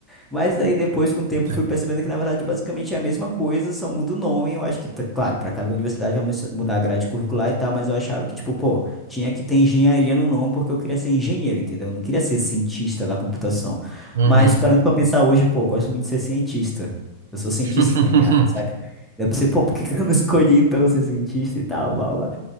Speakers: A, in the centre; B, on the right.
A: Mas daí depois, com o tempo,
B: Sim.
A: fui percebendo que, na verdade, basicamente é a mesma coisa, só muda o nome. Eu acho que, tá- claro, para cada universidade vai mu- mudar a grade curricular e tal, mas eu achava que, tipo, pô, tinha que ter engenharia no nome porque eu queria ser engenheiro, entendeu? Eu não queria ser cientista da computação.
B: Uhum.
A: Mas parando pra pensar hoje, pô, eu gosto muito de ser cientista. Eu sou cientista
B: <laughs>
A: na minha área, saca? Daí Eu pensei, pô, por que que eu não escolhi então ser cientista e tal, blá, blá.